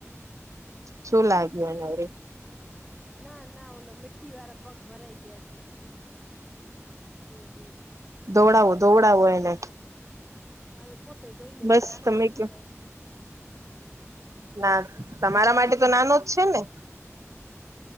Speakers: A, on the right; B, in the centre.
A: શું લાગ્યું એને વરી?
B: ના ના ઓલો મિટ્ટી વાળા પગ ભરાઈ ગયા છે. હમ હમ
A: ધોવડવો ધોવડાવો
B: બીજું
A: એને.
B: શું હવે પોતે ધોઈ લેશે
A: બસ
B: નાનો
A: તમે
B: નથી
A: કયો
B: કઈ.
A: ના તમારા
B: બસ
A: માટે તો નાનો જ છે ને.